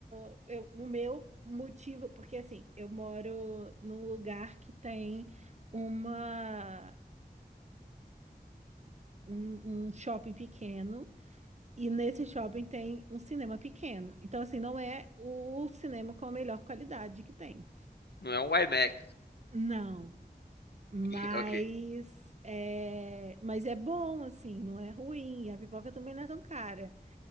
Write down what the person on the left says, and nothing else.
não é um iMac.
<laughs> Ok,